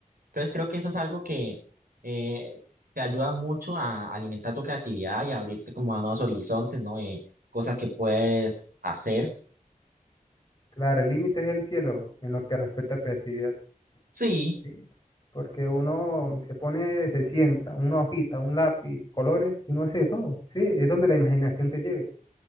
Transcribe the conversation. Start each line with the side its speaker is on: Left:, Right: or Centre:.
Right: Entonces creo que eso es algo que eh, te ayuda mucho a alimentar tu creatividad y a abrirte como a nuevos horizontes, ¿no? Eh, cosas que puedes hacer.
Left: Claro, el límite es el cielo en lo que respecta a creatividad,
Right: Sí.
Left: ¿sí? Porque uno se pone, se sienta, una hojita, un lápiz, colores, y uno hace de todo, ¿sí? Es donde la imaginación te lleve,